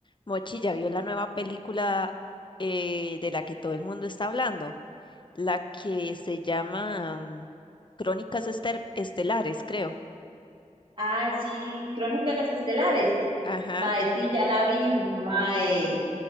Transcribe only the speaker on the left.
Mochi ya vio la nueva película eh, de la que todo el mundo está hablando, la que se llama mm, Crónicas Estel- Estelares, creo.
Ajá,